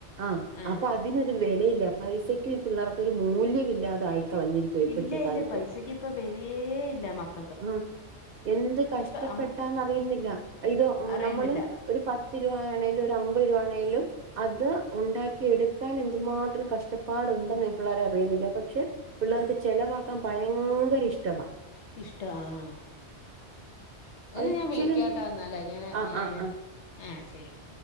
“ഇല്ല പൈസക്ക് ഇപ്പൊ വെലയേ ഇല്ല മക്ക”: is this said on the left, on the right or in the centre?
Left